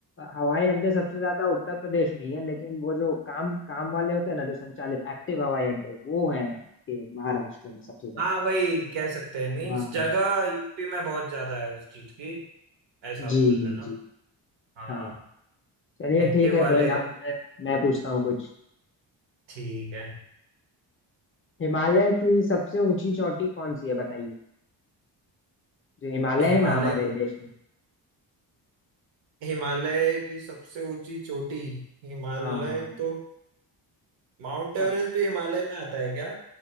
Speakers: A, on the left (about 30°); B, on the right (about 75°).
A: हवाई अड्डे सबसे ज्यादा उत्तर प्रदेश में ही है लेकिन वो जो काम काम वाले होते हैं ना जो संचालित एक्टिव हवाई अड्डे वो है आपके महाराष्ट्र में सबसे ज्यादा
B: हाँ वही कह सकते हैं मीन्स
A: हाँ
B: जगह यूपी में बहुत ज्यादा है उस चीज की ऐसा
A: जी
B: आप बोल
A: जी
B: रहे हैं ना
A: जी
B: हाँ
A: हाँ चलिए
B: एक्टिव
A: ठीक है
B: वाले
A: कोई ना मैं मैं पूछता हूँ कुछ
B: ठीक है
A: हिमालय की सबसे ऊंची चोटी कौन सी है बताइए जो हिमालय
B: हिमालय
A: है ना हमारे देश में
B: हिमालय की सबसे ऊंची चोटी हिमालय
A: हाँ
B: तो माउंट
A: सब
B: एवरेस्ट भी हिमालय में आता है क्या